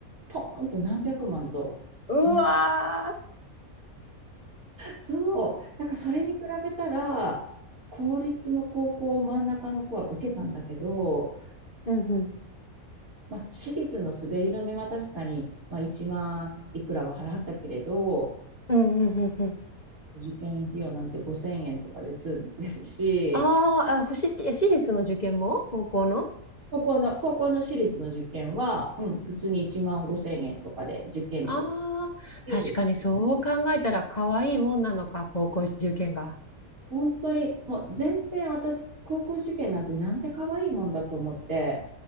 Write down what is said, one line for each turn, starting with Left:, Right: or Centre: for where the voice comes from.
Right: ポーンと何百万と、
Left: うわー。
Right: とん、そう。だからそれに比べたら、公立の高校を真ん中の子は受けたんだけど、
Left: うんうん。
Right: まあ、私立の滑り止めは確かに、まあ、1万いくらは払ったけれど、
Left: うんうんうんうん。
Right: 受験費用なんて5000円とかで済んでるし、
Left: あーあ、欲しい、え私立の受験も高校の
Right: 高校の、高校の私立の受験は、うん、普通に1万5000円とかで受験料す
Left: ああ、
Right: るし、
Left: 確かにそう考えたら可愛いもんなのか、高校受験が。
Right: 本当にもう全然私、高校受験なんてなんて可愛いもんだと思って、